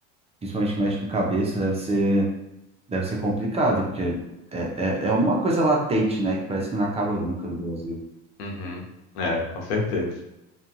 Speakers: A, on the right; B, on the left.
A: principalmente que mexe com cabeça, deve ser Deve ser complicado, porque é, é, é uma coisa latente, né? Que parece que não acaba nunca no Brasil.
B: uhum. É, com certeza.